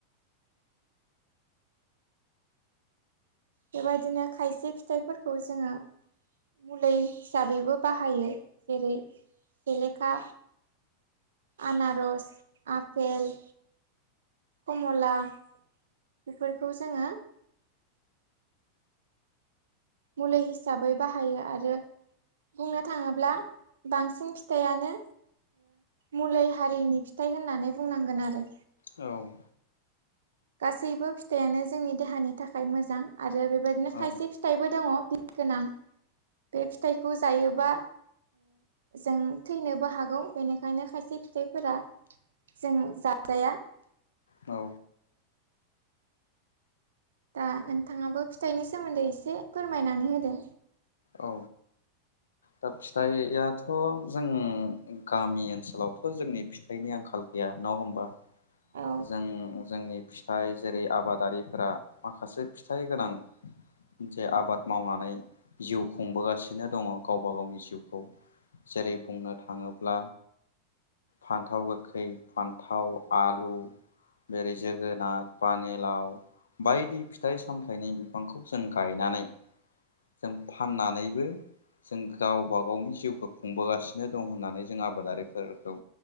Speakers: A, on the right (about 65°); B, on the left (about 65°).
A: बेबायदिनो खायसे फिथाइफोरखौ जोङो। मुलै हिसाबैबो बाहायो जेरै सेलेखा आनारस, आफेल कमला बेफोरखौ जोङो मुलि हिसाबै बाहायो आरो बुंनो थाङोब्ला बांसिन फिथाइयानो मुलै हारिनि फिथाइ होननानै बुंनांगोन आरो।
B: औ औ
A: गासैबो फिथाइयानो जोंनि देहानि थाखाय मोजां आरो बेबायदिनो
B: औ
A: खायसे फिथाइबो दङ गोनां बे फिथाइखौ जायोबा जों थैनोबो हागौ। बेनिखायनो खायसे फिथाइफोरा जों जाजाया।
B: औ
A: दा नोंथाङाबो फिथाइनि सोमोन्दै एसे फोरमायनानै होदो।
B: औ दा फिथाइयाथ' जों गामि ओनसोलावथ' जोंनि फिथाइनि आंखाल गैया नङा होमबा
A: औ
B: जों जोंनि फि थाइ जेरै आबादारिफोरा माखासे फिथाइ गोनां जे आबाद मावनानै जिउ खुंबोगासिनो दङ गावबा गावनि जिउखौ जेरै बुंनो थाङोब्ला फान्थाव गोखै फान्थाव आलु जेरै जोगोनार पानिलाव बायदि फिथाइ सामथाइनि बिफांखौ जों गायनानै जों फाननानैबो जों गावबा गावनि जिउखौ खुंबोगासिनो दं होननानै जों आबादारिफोरखौ